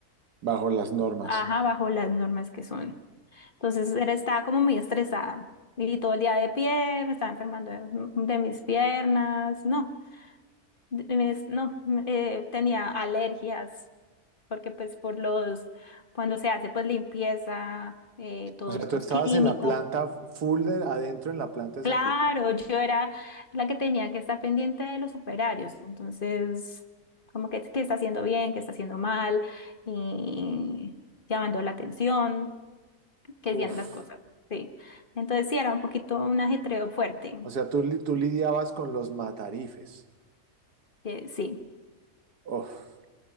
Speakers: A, on the right (about 85°); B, on the left (about 35°).
A: bajo las normas.
B: ajá, bajo las normas que son. Entonces era, estaba como muy estresada y todo el día de pie, me estaba enfermando de, de mis piernas, no, de- me- no, eh, tenía alergias, porque pues por los, cuando se hace pues limpieza, eh, todos
A: O sea,
B: estos
A: tú estabas
B: químicos.
A: en la planta full de- adentro en la planta de
B: Claro,
A: sacrificio.
B: yo era la que tenía que estar pendiente de los operarios, entonces, como que qué está haciendo bien, qué está haciendo mal, y llamando la atención, que hacían
A: Uf.
B: las cosas, sí. Entonces sí, era un poquito un ajetreo fuerte,
A: O sea, tú, li- tú lidiabas con los matarifes.
B: que sí.
A: Uf.